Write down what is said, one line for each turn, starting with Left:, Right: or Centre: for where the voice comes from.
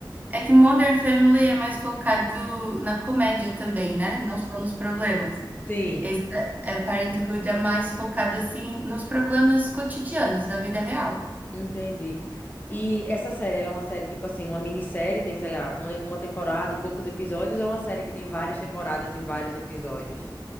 Right: É que Modern Family é mais focado na comédia também, né? Não só nos problemas.
Left: Sim,
Right: Esse é, é, Parenthood é mais focado assim nos problemas cotidianos da vida real.
Left: entendi. E essa série, ela é uma série tipo assim, uma minissérie, tem, sei lá, uma, uma temporada e poucos episódios, ou é uma série que tem várias temporadas e vários episódios?